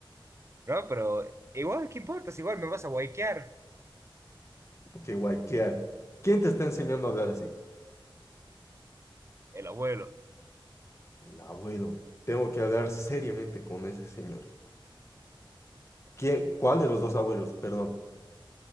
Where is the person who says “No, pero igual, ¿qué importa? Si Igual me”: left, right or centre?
Right